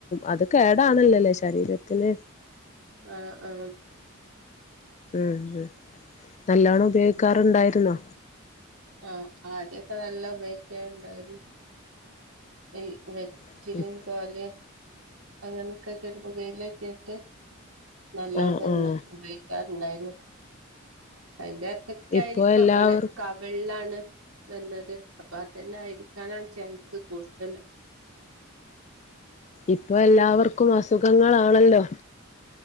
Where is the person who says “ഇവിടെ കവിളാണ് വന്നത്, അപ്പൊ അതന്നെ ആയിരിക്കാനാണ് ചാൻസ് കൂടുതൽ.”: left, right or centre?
Right